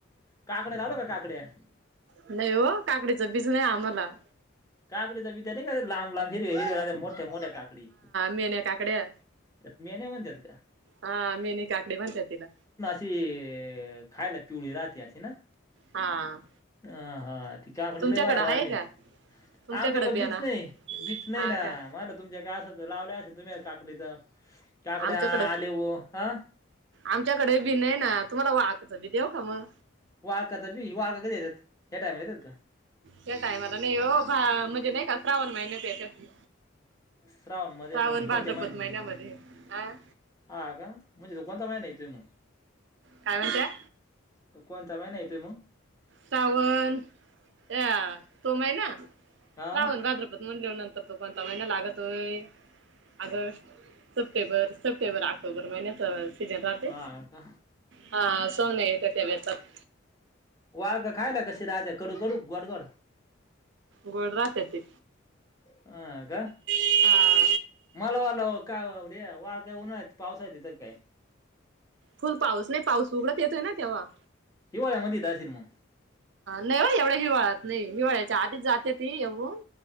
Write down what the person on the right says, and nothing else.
नाही हो काकडीचं बीज नाही आम्हाला
मेल्या काकड्या.
हा मिनी काकडी म्हणत्यात तिला.
हा.
तुमच्याकडं
आहे
का तुमच्याकडं
बियाणा
हा
का
आमच्याकडं
आमच्याकडे बी नाही ना तुम्हाला वाख च बी देव का म
त्या टायमाला नाही हो भा म्हणजे नाही का श्रावण महिण्यात येतात ते
श्रावण
भाद्रपत
महिन्यामध्ये, अं
काय म्हणत्या
सावण अ तो माहिना
सावण भाद्रपद म्हणले नंतर तो कोणता महिना लागतोय? ऑगस्ट सप्टेंबर सप्टेंबर ऑक्टोबर महिन्याचावा तेजे जाते
हा सोमने येत ते बेचत.
गोड राहतात ते
हा
फुल पाऊस नाही, पाऊस उघडत येतोय ना तेव्हा.
नाही वा एवढ्या हिवाळ्यात नाही, हिवाळ्याच्या आधीच जाते ती एवून.